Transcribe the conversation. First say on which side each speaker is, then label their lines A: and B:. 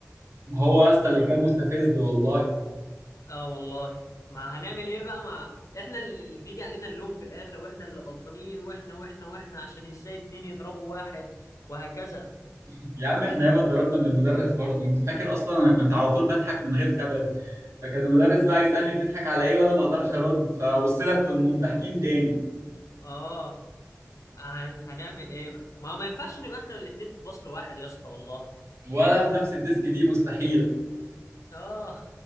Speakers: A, on the right (about 60°); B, on the left (about 85°).
A: ما هو يا اسطى
B: اه
A: اللي كان مستفز والله
B: آه والله ما هنعمل ايه بقى ما احنا اللي بيجي علينا اللوم في الاخر واحنا اللي غلطانين واحنا واحنا واحنا عشان ازاي اتنين يضربوا واحد وهكذا
A: <laughs> يا عم احنا ياما اتضربنا من المدرس برضه انت فاكر اصلا انا كنت على طول بضحك من غير سبب فكان المدرس بقى يسالني بتضحك على ايه وانا ما اقدرش ارد فابص لك تنوم ضاحكين تاني
B: اه هن... هنعمل ايه بقى ما ما ينفعش نبقى احنا الاتنين في فصل واحد يا اسطى والله
A: ولا في نفس الديسك دي مستحيله
B: اه